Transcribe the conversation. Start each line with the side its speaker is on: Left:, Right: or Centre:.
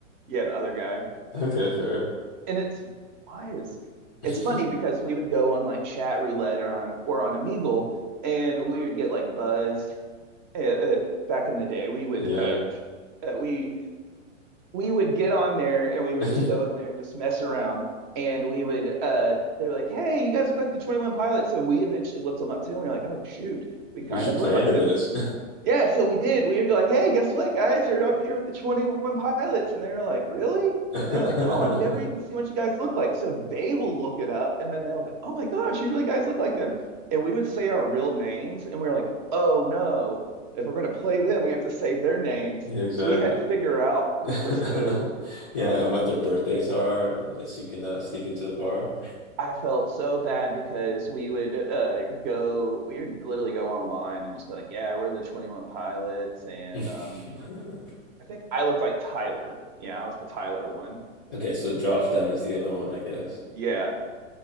Right: yeah, the other guy.
Left: Okay, fair.
Right: and it's wise.
Left: <laughs>
Right: It's funny because we would go on like chat roulette or on or on Omegle, and we would get like buzzed. Uh, uh, back in the day, we would
Left: Yeah.
Right: uh, uh, we we would get on there and we would
Left: <laughs>
Right: just go in there and just mess around. And we would uh, they were like, "Hey, you guys look like the Twenty One Pilots." So we eventually looked them up too, and we are like, "Oh shoot, we
Left: You
Right: kind
Left: should
Right: of
Left: play
Right: look like
Left: into
Right: them."
Left: this.
Right: Yeah, so we did. We were like, hey, guess what, guys? You're up here with the 21 pilots. And they were like, really?
Left: <laughs>
Right: And they're like, oh, I've never even seen what you guys look like. So they will look it up and then they'll be like, oh my gosh, you really guys look like them. And we would say our real names and we are like, oh no, if we're going to play them, we have to say their names.
Left: Yeah, exactly.
Right: So we had to figure out
Left: <laughs>
Right: who was who.
Left: Yeah, and what their birthdays are, and this you can uh, sneak into the bar.
Right: I felt so bad because we would uh go, we would literally go online and just go like, yeah, we're the 21 pilots and
Left: <laughs>
Right: um I think I looked like Tyler. Yeah, I was the Tyler one.
Left: Okay, so Josh Down is the other one, I guess.
Right: Yeah.